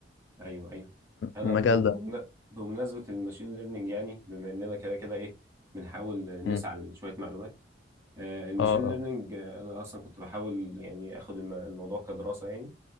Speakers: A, on the right; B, on the left.
A: ايوه ايوه انا
B: المجال
A: ب-
B: ده
A: بمنا- بمناسبه الماشين ليرنينج يعني بما اننا كده كده ايه بنحاول نسعى
B: امم
A: لشويه معلومات آه، الماشين
B: اه اه
A: ليرنينج آه، انا اصلا كنت بحاول يعني اخد الم- الموضوع كدراسه يعني